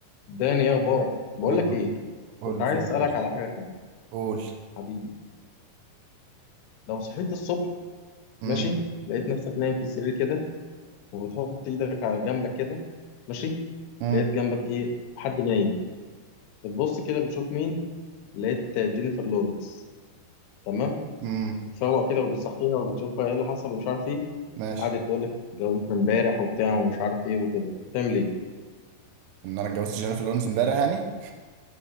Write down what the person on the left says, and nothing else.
داني ايه اخبارك بقول
لك ايه
كنت عايز
اسالك
على حاجه كده
حبيبي لو صحيت الصبح
ماشي لقيت نفسك نايم في السرير كده وبتحط ايدك على جنبك كده ماشي
لقيت جنبك ايه حد نايم بتبص كده بتشوف مين لقيت جينيفر لورنس تمام
بتفوق كده وبتصحيها وبتشوفها ايه اللي حصل ومش عارف ايه
قعدت تقول لك اتجوزت من امبارح وبتاع ومش عارف ايه وكده هتعمل ايه